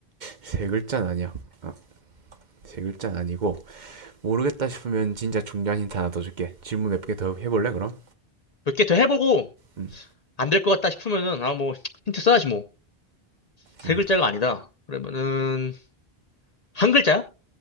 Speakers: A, on the right; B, on the left.
A: 세 글자는 아니야. 어, 세 글자는 아니고, 모르겠다 싶으면 진짜 중요한 힌트 하나 더 줄게. 질문 몇 개 더 해볼래, 그럼?
B: 몇 개 더 해보고,
A: 음,
B: 안될 것 같다 싶으면은, 아, 뭐, 힌트 써야지 뭐. 세
A: 음.
B: 글자가 아니다. 그러면은, 한 글자야?